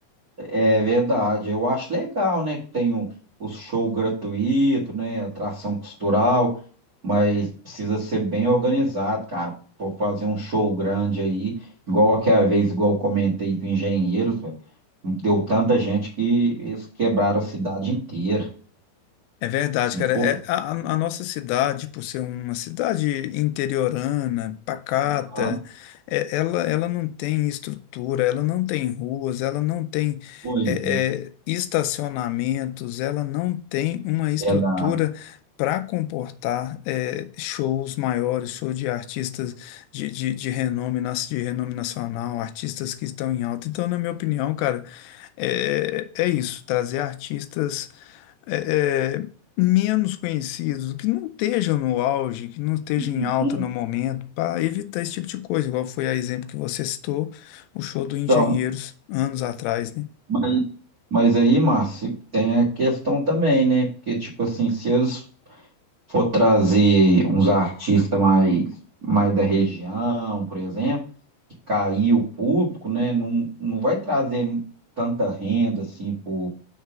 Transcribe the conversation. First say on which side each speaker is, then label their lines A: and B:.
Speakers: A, on the right; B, on the left.
A: É verdade, eu acho legal, né, que tem o, o show gratuito, né, atração cultural, mas precisa ser bem organizado, cara, Vou fazer um show grande aí, igual aquela vez, igual eu comentei do Engenheiros, velho, deu tanta gente que eles quebraram a cidade inteira,
B: É verdade,
A: não
B: cara.
A: foi?
B: É, a, a- a nossa cidade, por ser uma cidade interiorana, pacata,
A: Aham,
B: é- ela, ela não tem estrutura, ela não tem ruas, ela não tem
A: Pois
B: é,
A: é,
B: é, estacionamentos, ela não tem uma estrutura
A: verdade.
B: para comportar é, shows maiores, shows de artistas de, de, de renome, nas- de renome nacional, artistas que estão em alta. Então, na minha opinião, cara, é, é isso, trazer artistas. é, é, menos conhecidos, que não estejam no auge, que não estejam
A: Uhum.
B: em alta no momento, para evitar esse tipo de coisa, igual foi a exemplo que você citou, o show do Engenheiros,
A: Então,
B: anos atrás, né?
A: mas, mas aí, Márcio, tem a questão também, né, porque, tipo assim, se eles for trazer uns artistas mais, mais da região, por exemplo, que caiu o público, né? Não, não vai trazer tanta renda assim para